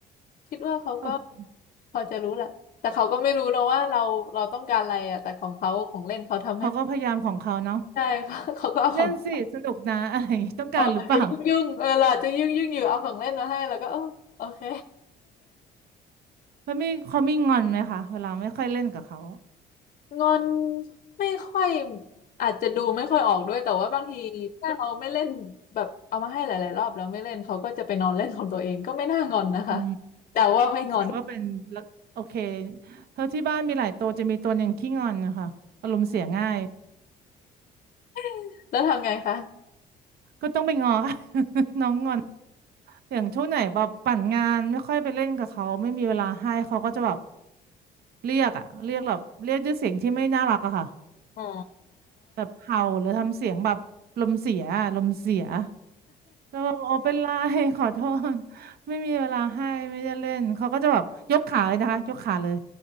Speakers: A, on the left (about 50°); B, on the right (about 65°).
A: คิดว่าเขาก็
B: แบบ
A: พอจะรู้แหละแต่เขาก็ไม่รู้เราว่าเราเราต้องการอะไรอ่ะแต่ของเขาของเล่นเขาทำให้
B: เขาก็พยายามของเขาเนาะ
A: ใช่ค่ะเขาก็เอาของ
B: เล่นสิสนุกนะอะไรอย่างงี้ต้องการหรือเปล่า
A: เราอาจจะยุ่งยุ่งเออเราอาจจะยุ่งยุ่งอยู่เอาของเล่นมาให้เราก็เออโอเค
B: แล้วมีเขามีงอนไหมคะเวลาไม่ค่อยเล่นกับเขา
A: งอนไม่ค่อยอาจจะดูไม่ค่อยออกด้วยแต่ว่าบางทีถ้าเราไม่เล่นแบบเอามาให้หลายๆรอบแล้วไม่เล่นเขาก็จะไปนอนเล่นของตัวเองก็ไม่น่างอนนะคะ
B: อื
A: แต่ว่าไม่งอน
B: แสดงว่าเป็นละโอเคเท่าที่บ้านมีหลายตัวจะมีตัวหนึ่งขี้งอนนะคะอารมณ์เสียง่าย
A: <laughs> แล้วทำไงคะ
B: ก็ต้องไปงอ <laughs> ค่ะ <laughs> น้องงอนอย่างช่วงไหนแบบปั่นงานไม่ค่อยไปเล่นกับเขาไม่มีเวลาให้เขาก็จะแบบเรียกอะเรียกแบบเรียกด้วยเสียงที่ไม่น่ารักอะค่ะ
A: อ๋อ
B: แบบเห่าหรือทำเสียงแบบลมเสียอะลมเสียแล้วแบบโอเป็นไร <laughs> ขอโทษไม่มีเวลาให้ไม่ได้เล่นเขาก็จะแบบยกขาเลยนะคะยกขาเลย